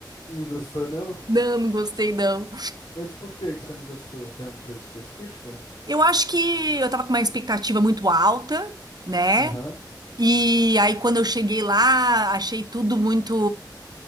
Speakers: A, on the left; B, on the right.
A: Não gostou não?
B: Não, não gostei, não.
A: Mas por que que você não gostou? Tem alguma coisa específica?
B: Eu acho que eu tava com uma expectativa muito alta, né?
A: Aham,
B: E aí, quando eu cheguei lá, achei tudo muito